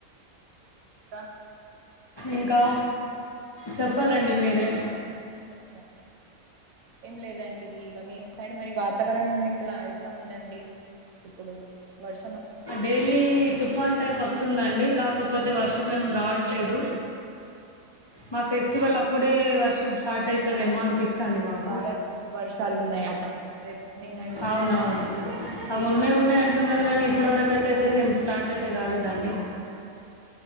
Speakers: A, on the right; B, on the left.
A: ఇంకా
B: ఇంకా చెప్పాలండి మీరే
A: సా ఏం లేదండి ఇక మీ సైడు మరి వాతావరణం ఇట్ల ఎట్లా ఉందండి ఇప్పుడు వర్
B: డైలీ తుఫాన్ టైప్ వస్తుందండి కాకపోతే వర్షం ఏం రావట్లేదు మా ఫెస్టివల్ అప్పుడే వర్షం స్టార్ట్ అయీతదేమో అనిపిస్తుంది మాకు
A: బాగా వర్షాలున్నాయట రేప్ నిన్న నుంచి
B: అవునవును అవి ఉన్నయ్ ఉన్నయ్ అంటున్నారు గానీ ఇప్పటివరకైతే అయితే ఏం స్టార్ట్ అయితే గాలేదండి